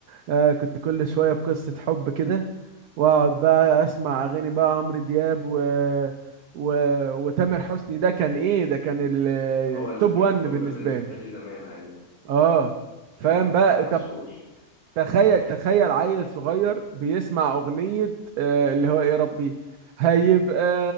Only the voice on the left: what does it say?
هو
اللي كان
التوب
بالنسبة
لي زمان ايوه
كان اكتر
واحد مشهور